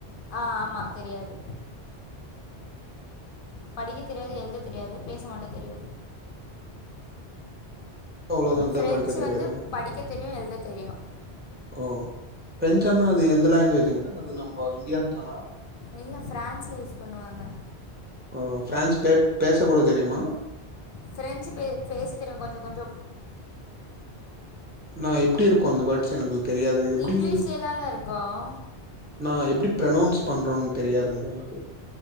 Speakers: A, on the left (about 60°); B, on the right (about 15°).
A: ஆ ஆமா தெரியாது படிக்க தெரியாது எழுத தெரியாது பேச மட்டு தெரியு
B: அவ்ளோதாங்க
A: ஃப்ரெஞ்சு
B: படிக்க தெரியாது
A: வந்து படிக்க தெரியும் எழுத தெரியும்
B: ஓ ஃபிரெஞ்சனா அது எந்த லாங்குவேஜுங்க அது நம்ம இந்தியா தானா
A: இல்ல ஃபிரான்ஸ்ல யூஸ் பண்ணுவாங்க
B: ஓ ஃபிரான்ஸ் பே பேசக்கூட தெரியுமா
A: ஃபிரென்சு பே பேச தெரியு கொஞ்சோ கொஞ்சோ
B: நா எப்படி இருக்கு அந்த வேட்ஸ் எனக்கு தெரியாது அது எப்டி
A: இங்கிலீஷ்லேயே தாங்க இருக்கும்
B: நா எப்படி ப்ரனௌன்ஸ் பண்றோன்னு தெரியாதுங்க எனக்கு